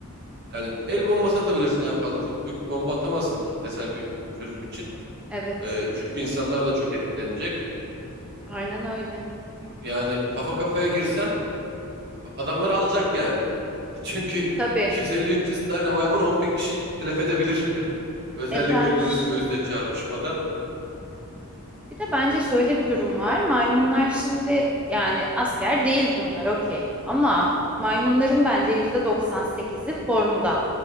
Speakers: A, on the right; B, in the centre.
A: Yani el bombası atabilirsin en fazla. Çok büyük bir bomba atamazsın kitlesel bir çözüm için.
B: Evet.
A: Ee, çünkü insanlar da çok etkilenecek.
B: Aynen öyle.
A: Yani kafa kafaya girsen adamlar alacak yani. <laughs> Çünkü
B: Tabii.
A: 250-300 tane maymun 10 bin kişiyi telef edebilir. <laughs> Özellikle
B: Eder.
A: göğüs göğüse çarpışmada.
B: Bir de bence şöyle bir durum var. Maymunlar şimdi yani asker değil bunlar okey. Ama maymunların bence yüzde doksan sekizi formda